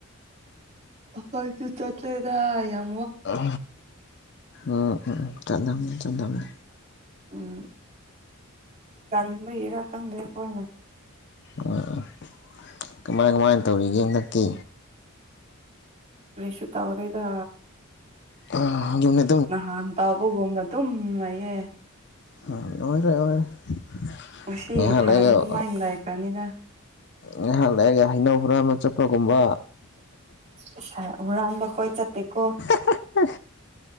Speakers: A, on the right; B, on the left.
A: ꯑꯩꯈꯣꯏꯁꯨ ꯆꯠꯂꯦ <unintelligible>
B: ꯑꯥ ꯎꯝ ꯎꯝ ꯆꯠꯂꯝꯅꯤ ꯆꯠꯂꯝꯅꯤ
A: ꯎꯝ ꯇꯟꯕꯒꯤꯔꯥ ꯈꯪꯗꯦ ꯑꯩꯈꯣꯏꯅ
B: ꯎꯝ ꯀꯨꯃꯥꯏ ꯀꯨꯃꯥꯏꯅ ꯇꯧꯔꯤꯒꯦ ꯍꯟꯗꯛꯇꯤ
A: ꯀꯔꯤꯁꯨ ꯇꯧꯗꯦꯗ
B: ꯑꯥ ꯑꯗꯨꯅꯦ
A: ꯅꯍꯥꯟ ꯇꯧꯕꯒꯨꯝꯅ ꯑꯗꯨꯝ ꯂꯩꯌꯦ
B: <unintelligible>
A: ꯀꯨꯝꯁꯤ
B: ꯉꯥꯏꯍꯥꯛ
A: ꯊꯥꯗꯤ
B: ꯂꯩꯔꯒ
A: ꯗꯨꯝꯃꯥꯏꯅ ꯂꯥꯩꯈ꯭ꯔꯅꯤꯗ
B: ꯉꯥꯏꯍꯥꯛ ꯂꯩꯔꯒ ꯍꯩꯅꯧ ꯍꯨꯔꯥꯟꯕ ꯆꯠꯄꯒꯨꯝꯕ
A: ꯉꯥꯁꯥꯢ ꯍꯨꯔꯥꯟꯕ ꯑꯩꯈꯣꯢ ꯆꯠꯇꯦꯀꯣ
B: ꯍꯥ ꯍꯥ